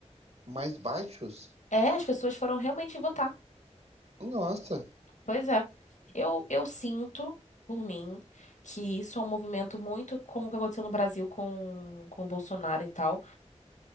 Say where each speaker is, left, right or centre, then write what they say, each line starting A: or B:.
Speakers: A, on the right (about 60°); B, on the left (about 85°).
A: Mas baixos?
B: É, as pessoas foram realmente votar.
A: Nossa,
B: Pois é. Eu, eu sinto, por mim, que isso é um movimento muito como o que aconteceu no Brasil com, com o Bolsonaro e tal.